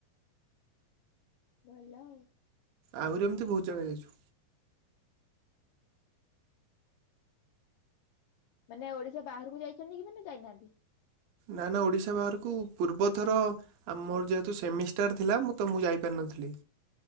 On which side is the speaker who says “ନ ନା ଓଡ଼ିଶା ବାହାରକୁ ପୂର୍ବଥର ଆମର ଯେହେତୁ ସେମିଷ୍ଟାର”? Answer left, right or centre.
Right